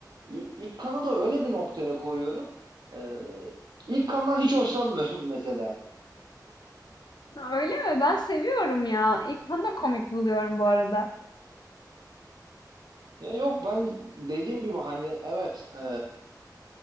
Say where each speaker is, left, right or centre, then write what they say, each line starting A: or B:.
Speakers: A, on the right; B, on the left.
A: İ- ilk kanı da öyle bir noktaya koyuyorum. Ee, ilk kandan hiç hoşlanmıyorum <laughs> mesela.
B: Öyle mi? Ben seviyorum ya. İlknur'u da komik buluyorum bu arada.
A: Ya yok ben dediğim gibi hani evet e,